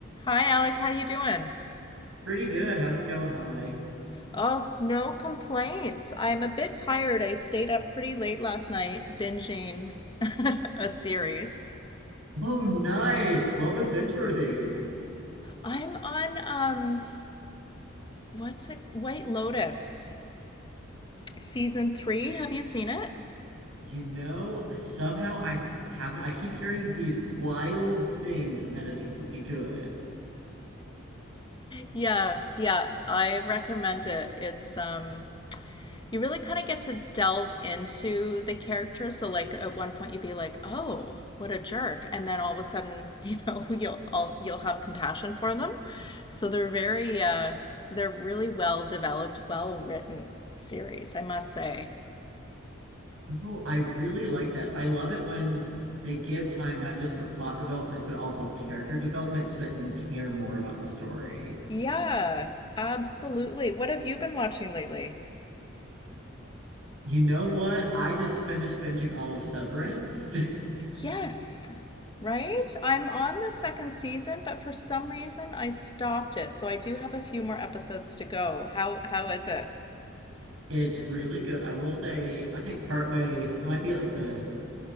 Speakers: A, on the left; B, on the right.
A: Hi, Alec. How you doing?
B: Pretty good. How's it going, Holly?
A: Oh, no complaints. I'm a bit tired. I stayed up pretty late last night binging <laughs> a series.
B: Oh, nice. What was binge worthy?
A: I'm on um what's it? White Lotus. Season 3. Have you seen it?
B: You know, somehow I haven't. I keep hearing these wild things and that it's really good.
A: Yeah, yeah. I recommend it. It's um you really kind of get to delve into the character. So, like at one point, you'd be like, "Oh, what a jerk," and then all of a sudden, <laughs> you know, you'll all, you'll have compassion for them. So they're very, uh, they're really well developed, well written series, I must say.
B: Oh, I really like that. I love it when they give time not just for plot development, but also character development so that you care more about the story.
A: Yeah, absolutely. What have you been watching lately?
B: You know what? I just finished binging all of Severance. <laughs>
A: Yes, right. I'm on the second season, but for some reason, I stopped it. So I do have a few more episodes to go. How how is it?
B: It's really good. I will say, I think partway, it might be like the